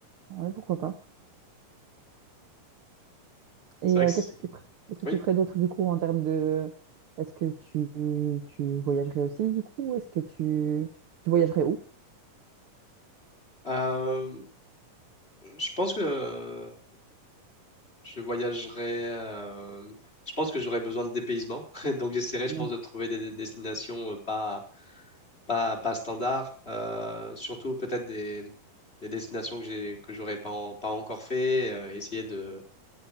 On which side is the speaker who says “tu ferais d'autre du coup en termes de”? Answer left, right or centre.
Right